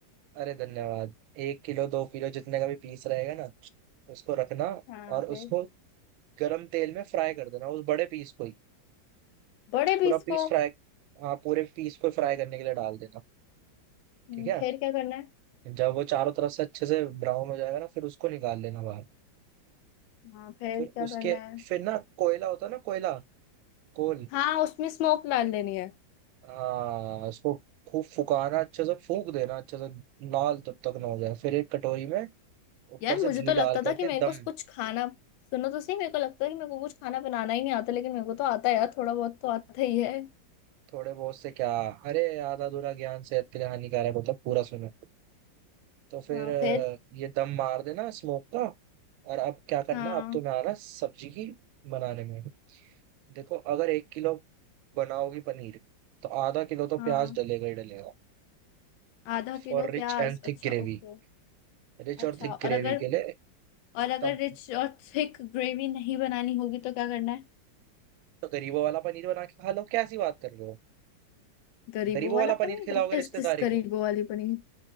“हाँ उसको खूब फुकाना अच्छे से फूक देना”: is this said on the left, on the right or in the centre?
Right